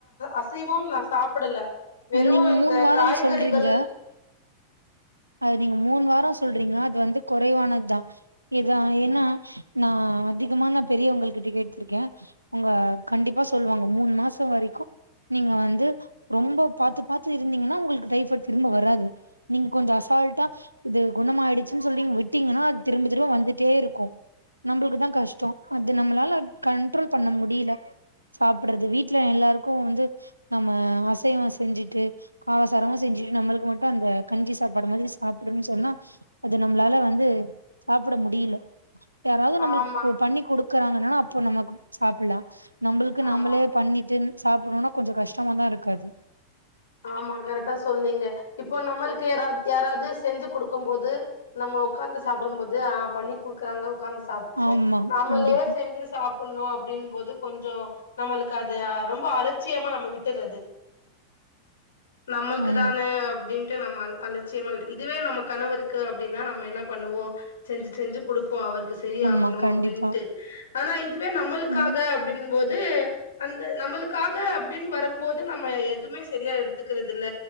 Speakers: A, on the left (about 65°); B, on the right (about 85°).
A: அசைவவும் நா சாப்பிடல வெறும்
B: நீங்க
A: இந்த
B: மூணு வாரம்
A: காய்கறிகள்
B: சொல்றீங்க அது நீங்க மூணு வாரம் சொல்றீங்களா அது வந்து குறைவானது தா இதான் ஏன்னா நா அதிகமா நா பெரியவுங்கள் கிட்ட கேட்ருக்கேன் அவுங்க கண்டிப்பா சொல்லுவாங்க மூணு மாசம் வரைக்கும் நீங்க வந்து ரொம்ப பாத்து பாத்து இருந்தீங்கன்னா உங்களுக்கு டைஃபைட் திரும்ப வராது நீங்க கொஞ்சோ அச அசால்ட்டா இது குணமாயிடிச்சின் சொல்லி விட்டீங்கன்னா அது திரும்ப திரும்ப வந்துட்டே இருக்கும் நம்மளுக்கு தா கஷ்டம் அது நம்மளால கண்ட்ரோல் பண்ண முடியல சாப்ட்றது வீட்டுல எல்லாருக்கும் வந்து நம்ம அசைவம் செஞ்சுட்டு கலாசாரமும் செஞ்சுட்டு நம்மளுக்கு மட்டும் அந்த கஞ்சி சாப்ட் அப்பட மாதிரி சாப்டும்ன்னு சொன்னா அது நம்மளால வந்து சாப்பிட முடியல யாராவது நம்மளுக்கு
A: ஆமா
B: பண்ணி குடுக்குறாங்கன்னா அப்போ நம்ம சாப்பிடலாம் நம்மளுக்கு
A: ஆமா
B: நம்மளே பண்ணிட்டு சாப்பிடணும்னா கொஞ்சோ கஷ்டமா தா இருக்காது
A: ஆமா கரெக்டா சொன்னீங்க இப்போ நம்மளுக்கு யார யாராவது செஞ்சு குடுக்கும் போது நம்ம உக்காந்து சாப்பிடும் போது ஆ பண்ணி குடுக்குறாங்க உக்காந்து சாப்ட்டுப்போம்
B: ஆமா
A: நம்மளே
B: கண்டிப்பா
A: செஞாசி சா ப்புணும் அப்படின் போது கொஞ்சோ நம்மளுக்கு அது ரொம்ப அலட்சியமா நம்ம விட்டுறது நம்மளுக்கு
B: ஆமா
A: தான அப்படின்னு ட்டு நம்ம அல அலட்சியமா வி இதுவே நம்ம கணவருக்கு அப்டின்னா நம்ம என்ன பண்ணுவோம் செஞ்சு செஞ்சு குடுப்போம் அவருக்கு சரி
B: ஆமா
A: ஆகணும்
B: கண்டிப்பா
A: அப்படின்ட்டு ஆனா இதுவே நம்மளுக்காக
B: ம்
A: அப்படின் போது அந்த நம்மளுக்காக அப்படின் வரும்போது நம்ம எதுவுமே சரியா எடுத்துக்கறது இல்ல